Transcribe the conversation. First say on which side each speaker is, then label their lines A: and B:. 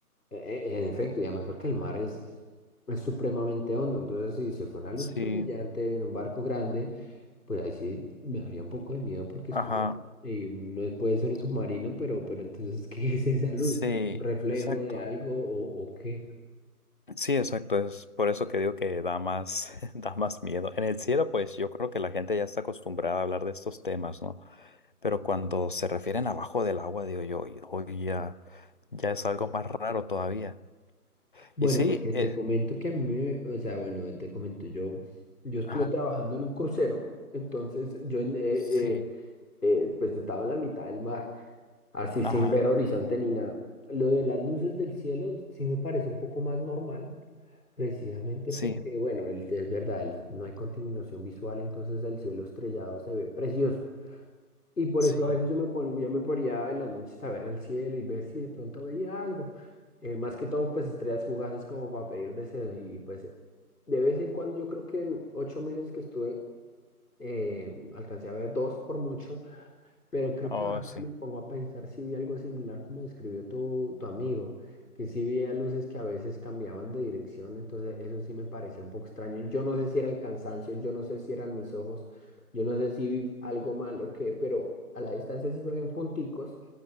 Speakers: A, on the left; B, on the left.
A: E- e- en efecto, y además porque el mar es, es supremamente hondo. Entonces, si se fue una luz
B: Sí,
A: súper brillante en un barco grande, pues ahí sí me daría un poco de miedo porque es
B: ajá.
A: como, eh, no puede ser un submarino, pero, pero entonces, <laughs> ¿qué es esa luz?
B: Sí,
A: ¿Un reflejo
B: exacto.
A: de algo o, o qué?
B: Sí, exacto. Es por eso que digo que da más, <laughs> da más miedo. En el cielo, pues yo creo que la gente ya está acostumbrada a hablar de estos temas, ¿no? Pero cuando se refieren abajo del agua, digo yo, hoy ya, ya es algo más raro todavía.
A: Bueno,
B: Y sí,
A: porque te
B: eh,
A: comento que a mí me, o sea, bueno, te comento yo, yo estuve
B: Ajá,
A: trabajando en un crucero, entonces yo en- eh,
B: sí,
A: eh, eh, pues estaba en la mitad del mar, así sin
B: ajá,
A: ver horizonte ni nada. Lo de las luces del cielo sí me parece un poco más normal, precisamente
B: sí,
A: porque, bueno, el- es verdad, el- no hay contaminación visual, entonces el cielo estrellado se ve precioso. Y por
B: sí,
A: eso a veces yo me pon- yo me ponía en las noches a ver el cielo y ver si de pronto veía algo. Eh, más que todo, pues estrellas fugaces como para pedir deseos. Y pues de vez en cuando, yo creo que en ocho meses que estuve, eh, alcancé a ver dos por mucho. Pero creo
B: oh,
A: que ahora
B: sí,
A: que me pongo a pensar, si vi algo similar como describió tu, tu amigo, que sí veía luces que a veces cambiaban de dirección, entonces eso sí me parecía un poco extraño. Yo no sé si era el cansancio, yo no sé si eran mis ojos, yo no sé si vi algo mal o qué, pero a la distancia sí se ven punticos